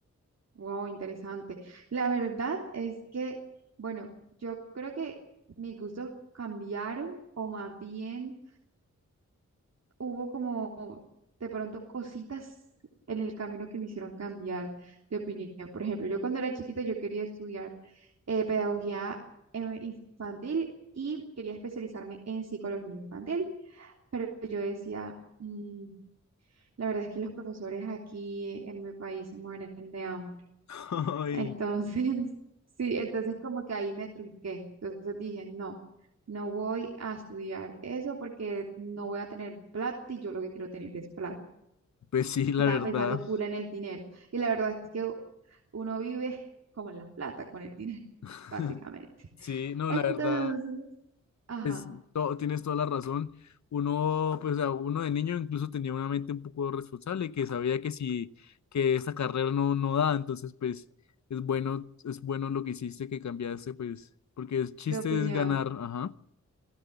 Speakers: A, on the right (about 60°); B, on the left (about 70°).
A: Wow, interesante. La verdad es que, bueno, yo creo que mis gustos cambiaron o más bien hubo como de pronto cositas en el camino que me hicieron cambiar de opinión. Por ejemplo, yo cuando era chiquita yo quería estudiar eh, pedagogía eh, infantil y quería especializarme en psicología infantil, pero yo decía, "Mm, la verdad es que los profesores aquí en mi país se mueren de hambre.
B: Ay,
A: Entonces, <laughs> sí, entonces como que ahí me trunqué. Entonces dije, no, no voy a estudiar eso porque no voy a tener plata y yo lo que quiero tener es plata.
B: pues sí, la
A: Estaba
B: verdad.
A: pensando full en el dinero. Y la verdad es que uno vive <laughs> como en la plata, con el dinero,
B: <laughs>
A: básicamente.
B: Sí, no,
A: Entonces,
B: la verdad,
A: ajá,
B: es, to- tienes toda la razón. Uno, pues, o sea, uno de niño incluso tenía una mente un poco responsable, que sabía que si, que esta carrera no, no da, entonces, pues, es bueno, es bueno lo que hiciste, que cambiaste, pues, porque el chiste
A: de opinión.
B: es ganar, ajá.